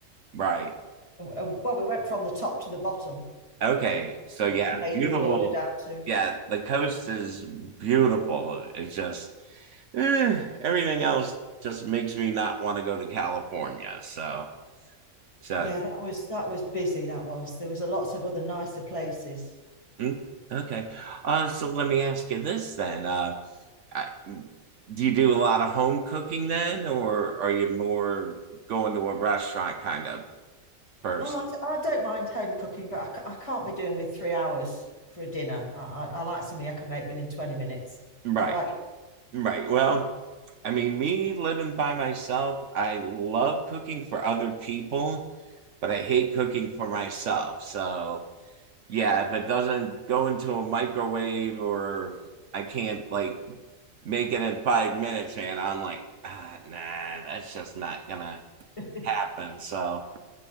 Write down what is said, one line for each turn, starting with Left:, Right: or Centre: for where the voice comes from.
Right: Right.
Left: uh, Well, we went from the top to the bottom,
Right: Okay, so yeah,
Left: or Canadian
Right: beautiful.
Left: border down to.
Right: Yeah, the coast is beautiful. It's just eh, everything else just makes me not want to go to California. So, so
Left: Yeah, that was that was busy. That was there was a lots of other nicer places.
Right: mm, okay. Uh, so let me ask you this then. Uh, I, mm, do you do a lot of home cooking then, or are you more going to a restaurant kind of person?
Left: Oh, I, I don't mind home cooking, but I, I can't be doing with three hours for a dinner. I, I, I like something I can make within twenty minutes.
Right: Right,
Left: How about
Right: right. Well, I mean, me living by myself, I love cooking for other people but I hate cooking for myself. So yeah, if it doesn't go into a microwave or I can't like make it in five minutes, and I'm like, ah, nah, that's just not gonna
Left: <laughs>
Right: happen. So,